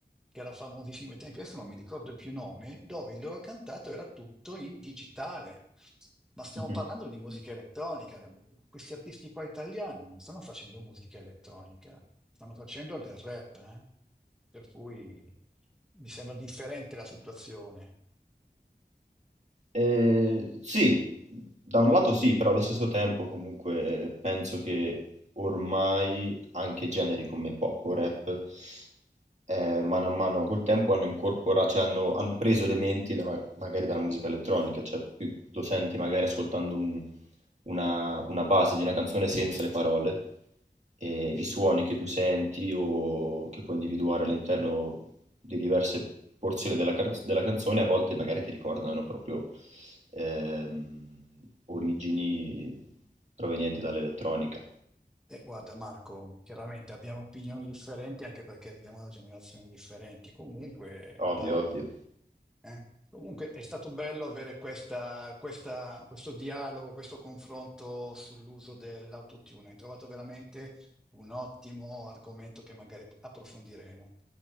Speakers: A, in the centre; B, on the right.
A: che era famosissimo ai tempi, adesso non mi ricordo più il nome, dove il loro cantato era tutto in digitale. Ma stiamo
B: Mhm.
A: parlando di musica elettronica. Questi artisti qua italiani non stanno facendo musica elettronica, stanno facendo del rap, eh. Per cui mi sembra differente la situazione.
B: Eh, sì, da un lato sì, però allo stesso tempo comunque eh, penso che ormai anche generi come pop o rap eh, mano a mano col tempo hanno incorporato, cioè hanno, hanno preso elementi da- ma- magari dalla musica elettronica, cioè più lo senti magari ascoltando un- una, una base di una canzone senza le parole, e i
A: Mm.
B: suoni che tu senti o che puoi individuare all'interno di diverse porzioni della, car- della canzone a volte magari ti ricordano proprio Ehm, origini provenienti dall'elettronica.
A: Eh, guarda Marco, chiaramente abbiamo opinioni differenti anche perché arriviamo da generazioni differenti. Comunque,
B: Ovvio,
A: dai,
B: ovvio.
A: eh. Comunque è stato bello avere questa- questa- questo dialogo, questo confronto sull'uso dell'autotune. Hai trovato veramente un ottimo argomento che magari approfondiremo.